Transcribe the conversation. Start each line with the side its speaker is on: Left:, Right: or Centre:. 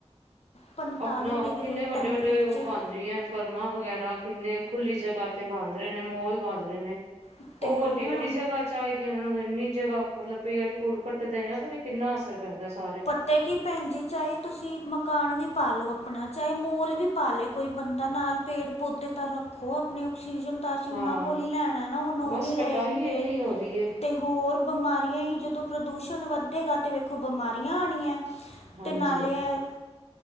Left: ਪੰਤਾਲੀ
Right: ਆਪਣਾ
Left: ਡਿਗਰੀ
Right: ਕਿੰਨੇ ਵੱਡੇ-ਵੱਡੇ
Left: ਟੈਂਪਰੇਚਰ
Right: ਉਹ ਬਣ ਰਹੀ ਹੈ। ਫਰਮਾਂ ਵਗੈਰਾ ਕਿੰਨੇ ਖੁੱਲੀ ਜਗ੍ਹਾ ਤੇ ਬੰਧ ਰਹੇ ਨੇ ਮੋਲ ਬੰਧ ਰਹੇ ਨੇ।
Left: ਅਤੇ
Right: ਉਹ
Left: ਹੋਰ
Right: ਵੱਡੀ-ਵੱਡੀ ਜਗ੍ਹਾ 'ਚ। ਚਾਹੀਦੀ ਉਹਨਾ ਨੂੰ ਇੰਨੀ ਜਗ੍ਹਾ, ਮਤਲਬ ਪੇਟ ਪੂੜ ਕੱਟ ਦੇਣੇ ਉਹ ਤਾਂ ਵੀ ਕਿੰਨਾ ਅਸਰ ਪੈਂਦਾ ਸਾਰ।
Left: ਤੇ ਕੀ ਭੈਣ ਜੀ, ਚਾਹੇ ਤੁਸੀਂ ਮਕਾਨ ਵੀ ਪਾਲਓ ਆਪਣਾ, ਚਾਹੇ ਮੋਲ ਵੀ ਪਾ ਲੇ। ਕੋਈ ਬੰਦਾ ਨਾਲ ਪੇੜ-ਪੌਦੇ ਤਾਂ ਰੱਖ। ਉਹ ਆਪਣੇ ਆਕਸੀਜਨ ਤਾਂ ਅਸੀਂ ਉਹਨਾਂ
Right: ਹਾਂ
Left: ਕੋਲ ਹੀ ਲੈਣਾ ਨਾ ਹੁਨ ਉਹ
Right: ਬਸ
Left: ਨੀ ਰਹੇਗੇ
Right: ਕਟਾਈ ਇੰਨੀ ਹੋ ਰਹੀ ਹੈ
Left: ਤੇ। ਹੋਰ ਬਿਮਾਰੀਆਂ ਹੀ ਜਦੋਂ ਪ੍ਰਦੂਸ਼ਣ ਵੱਧੇਗਾ ਤਾਂ ਵੇਖੋ ਬਿਮਾਰੀਆਂ ਆਉਣੀਆਂ। ਅਤੇ
Right: ਹਾਂਜੀ
Left: ਨਾਲੇ ਐ,